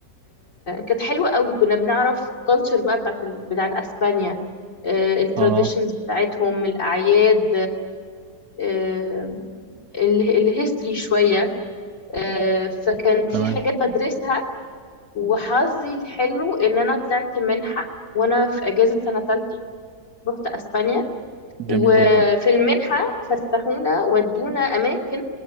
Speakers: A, on the left; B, on the right.
A: كانت حلوه قوي كنا بنعرف كلتشر بقى بتاعت ال- بتاعت اسبانيا التراديشنز
B: اه
A: بتاعتهم الاعياد آه، ال- الهيستوري شويه آه، فكان في
B: تمام
A: حاجات بدرسها وحظي الحلو ان انا طلعت منحه وانا في اجازه سنه ثالثه رحت اسبانيا
B: جميل
A: وفي
B: جدا
A: المنحه فسحونا ودونا اماكن